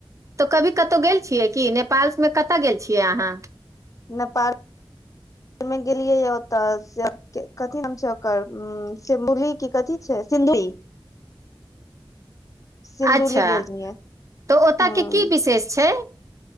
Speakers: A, on the right; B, on the left.
A: तऽ कभी कतहु गेल छियै कि नेपाल मे कतऽ गेल छियै अहाँ
B: नेपाल गेलियै ओतऽ कथी नाम छै ओकर सिमबुली क कथि छै सिन्धुली सिन्धुली
A: अच्छा
B: गेल रहियै
A: तऽ ओतय
B: हूँ
A: के की विशेष छै